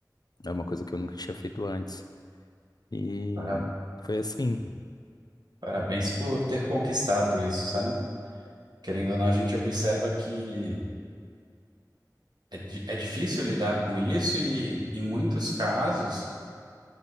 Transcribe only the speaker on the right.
Para-
Parabéns por ter conquistado isso, sabe? Querendo ou não, a gente observa que é, di- é difícil lidar com isso e, em muitos casos.